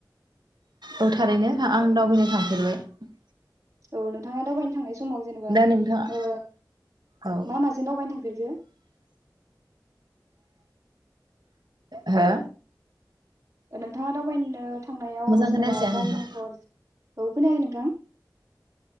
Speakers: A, on the right; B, on the right.
A: औथारैनो आं दावबायनो थांफ। <unintelligible>
B: औ नोंथाङा दावबायनो। थांनाय समाव जेनेबा
A: नोंथाङा
B: ओ
A: औ
B: मा माजों दावबायनो थांफेरखो।
A: हो
B: नोंथाङा दावबायनो थांनायाव
A: मोजां
B: जेनेबा
A: खोनायासै
B: गारि
A: आं नोंथां
B: मथर औ खोनाखै नोंथां